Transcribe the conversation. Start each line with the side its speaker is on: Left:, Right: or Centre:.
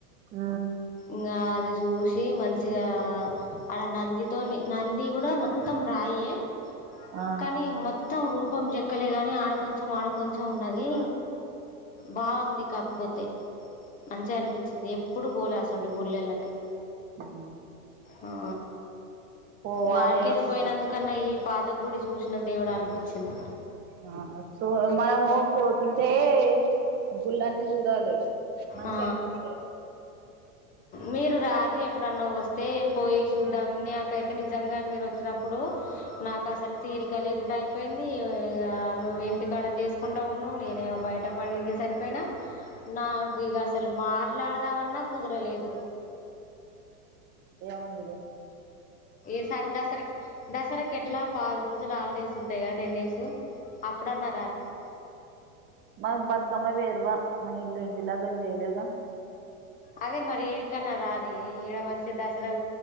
Right: ఉ
Left: ఇంకా అది చూసి మంచిగా ఆడ నందితో నంది కూడా మొత్తం రా అయి
Right: ఆ
Left: కానీ మొత్తం కుప్పం చెక్కలే గాని ఆడ కొంచెం ఆడ కొొంచెం ఉన్నది, బావుంది కాకపోతే మంచిగా అనిపించింది ఎప్పుడు పోలే అసోంటి గుళ్ళెళ్ళకి
Right: ఆ
Left: ఆ
Right: పోవాలే
Left: ఇ ఆడికెంచి
Right: ఉండాలే
Left: పోయినందుకన్నా ఈ పా అత్త గూడి చూసిన దేవుడఅనిపించింది.
Right: ఆ చూ మనము పోతుంటే యి గూడుళ్ళన్నీ చూడాలి మంచిగా
Left: ఆ
Right: అనిపిస్తాది.
Left: మీరు రారి ఎప్పుడన్నా వస్తే పోయి చూద్దాం నాకైతే నిజంగా మీరు వచ్చిన అప్పుడు నాకు అసలు తీరిక లేకుడాయి పోయింది ఇ నువ్వు ఇంటికాడ చేసుకుంటా ఉన్నావు నేనేమో బయట పనికినికి సరిపోయినా నాకు ఇక అసలు మాట్లాడదామన్నా కుదరలేదు
Right: ఎంవద్దులే
Left: ఈసారి దసరకి దసరాకు ఎట్లా పది రోజుల హాలిడేస్ ఉంటాయి కదా టెన్ డేస్ అప్పుడున్నారు రరి <unintelligible>
Right: మ బతుకమ్మ వేర్వా మా ఇల్లు ఇంకా గీలాబ్ చేయలేదు
Left: అదే మరి ఇడికన్నా రారి ఈడ మనించిి దసరా